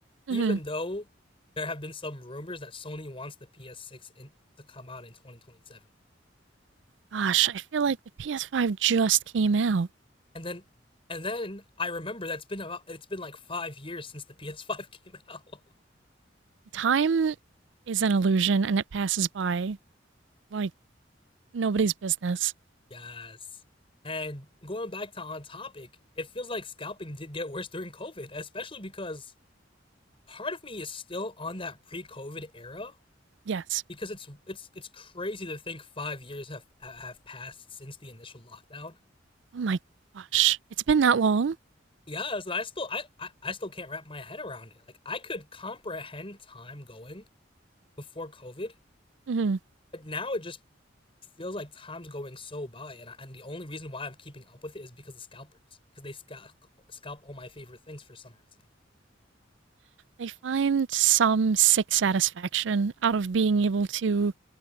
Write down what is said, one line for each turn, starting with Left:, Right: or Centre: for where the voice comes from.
Left: even
Right: hmm
Left: though there have been some rumors that Sony wants the PS6 in, to come out in 2027.
Right: Gosh, I feel like the PS5 just came out.
Left: And then and then I remember that's been about it's been like 5 years since the PS5 <laughs> came out.
Right: Time is an illusion and it passes by like nobody's business.
Left: Yes. And going back to on topic, it feels like scalping did get worse during COVID, especially because part of me is still on that pre-COVID era
Right: Yes.
Left: because it's it's it's crazy to think 5 years have have passed since the initial lockdown.
Right: Oh my gosh. It's been that long?
Left: Yes, and I still I, I I still can't wrap my head around it. Like I could comprehend time going before COVID,
Right: Mhm.
Left: but now it just feels like time's going so by, and I, and the only reason why I'm keeping up with it is because of scalpers, because they scalp scalp all my favorite things for some reason.
Right: They <sighs> find some sick satisfaction out of being able to